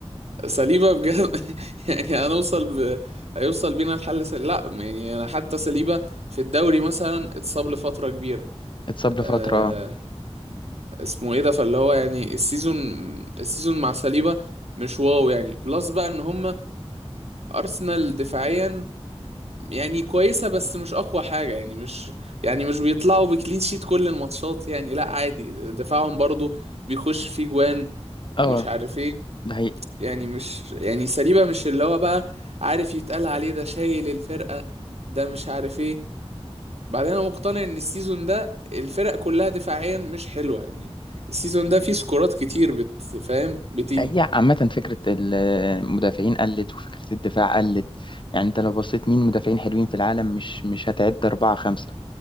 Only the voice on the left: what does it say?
اتصاب لفترة
اه
اه
ده حقيقي
هي عامة فكرة المدافعين قلت وفكرة الدفاع قلت يعني انت لو بصيت مين مدافعين حلوين في العالم مش مش هتعد أربعة خمسة